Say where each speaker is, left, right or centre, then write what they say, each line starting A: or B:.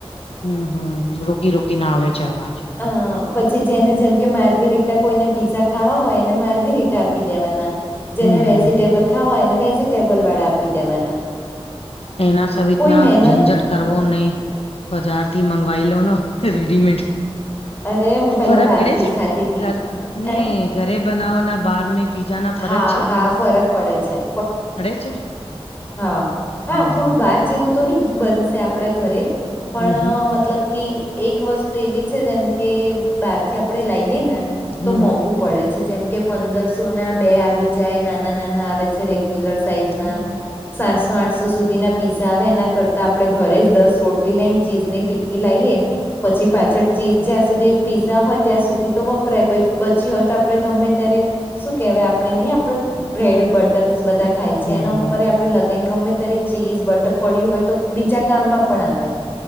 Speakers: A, on the left (about 70°); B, on the left (about 20°).
A: હમ હમ રોકી રોકી ના આવે છે અવાજ.
B: અ પછી જેને જેમ કે માર્ગરીટા કોઈને પીઝા ખાવા હોય એને માર્ગરીટા આપી દેવાના‌. જેને
A: હમ
B: વેજીિટેબલ
A: હમ
B: ખાવાયને વેજીિટેબલ વાળા આપી દેવાના.
A: એના સહિતના
B: કોઈ મહેનત
A: ઝંઝટ કરવો નહી બજાર થી મંગવાઈ લો ને. રેડીમેડ.
B: અરે હું પેલા
A: ફરક
B: બહારથી
A: પડે છે
B: જ ખાતી તી.
A: ઘર
B: હે
A: ઘરે બનાવોના બહાર ની પીજા ના ફરજ
B: હા
A: છે <unintelligible>
B: હા ફરક પડે છે
A: પડે છે?
B: હા હા
A: હમ
B: થોડું
A: હમ
B: બહાર જેવું તો નહી બનશે આપડા ઘરે. પણ
A: હમ હમ
B: મતલબ કે એક વસ્તુ એવી છે જેમ કે બહારથી આપડે લાઈએ ને તો
A: હમ
B: મોંઘુ પડે છે જેમ કે પંદરસો ના બે આવી જાય નાના નાના આવે છે. પલર સાઈઝ ના
A: હમ
B: સાતસો આઠસો સુધીના પીઝા આવે એના કરતા આપડણે ઘરે જ દસ રોટલી લઈને ચીઝની ટિક્કી લઈએ પછી પાછળ ચીઝ જ્યાં સુધી પીઝા હોય ત્યાં સુધી તો વપરાય પ બચી હોય તો આપણે ગમે ત્યારે શું કેહેવાય આપડે નહી આપડ બ્રેડ બટર બધા થાય છે
A: હમ
B: એના ઉપર આપડણે લગાવને ગમે ત્યારે ચીઝ બટર પડ્યું હોય તો બીજા કામમાં પણ આવે